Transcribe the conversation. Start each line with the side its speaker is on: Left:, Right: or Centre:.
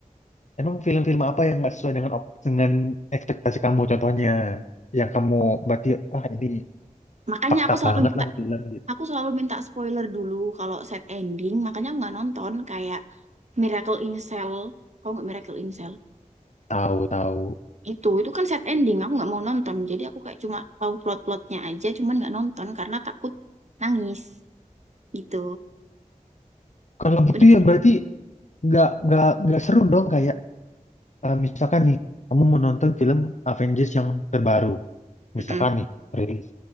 Left: Emang film-film apa yang nggak sesuai dengan op- dengan ekspektasi kamu contohnya? Yang kamu berarti, ah ini
Right: Makanya
Left: fakta
Right: aku selalu
Left: banget lah film gitu.
Right: aku selalu minta spoiler dulu kalau set ending, makanya aku nggak nonton kayak Miracle in Cell. Tahu nggak Miracle in Cell?
Left: Tahu tahu.
Right: itu itu kan set ending aku nggak mau nonton jadi aku kayak cuma tahu plot-plotnya aja cuman nggak nonton karena takut nangis gitu
Left: Kalau gitu
Right: Udah sih.
Left: ya berarti nggak nggak nggak seru dong kayak eh, misalkan nih kamu mau nonton film Avengers yang terbaru,
Right: Mm-mm.
Left: misalkan nih rilis.